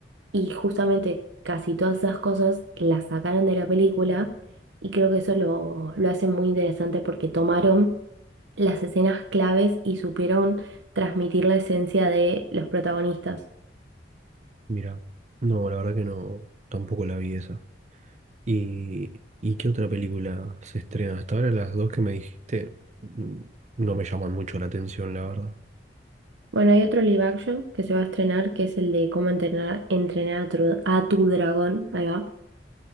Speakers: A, on the right (about 80°); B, on the right (about 40°).
A: Y justamente casi todas esas cosas las sacaron de la película y creo que eso lo, lo hace muy interesante porque tomaron las escenas claves y supieron transmitir la esencia de los protagonistas.
B: Mira, no, la verdad que no, tampoco la vi esa. ¿Y, y qué otra película se estrena? Hasta ahora las dos que me dijiste mm, no me llaman mucho la atención, la verdad.
A: Bueno, hay otro live action que se va a estrenar que es el de cómo entrenar, entrenar a tu, a tu dragón, ahí va.